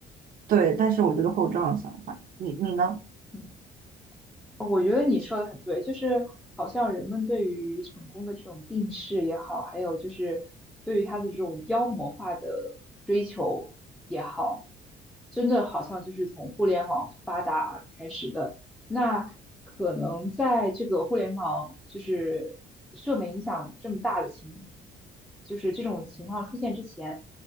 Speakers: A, on the right (about 55°); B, in the centre.
A: 对，但是我觉得会有这样的想法。你你呢？
B: 嗯。我觉得你说的很对，就是好像人们对于成功的这种定势也好，还有就是对于他的这种妖魔化的追求也好，真的好像就是从互联网发达开始的。那可能在这个互联网就是社会影响这么大的情，就是这种情况出现之前，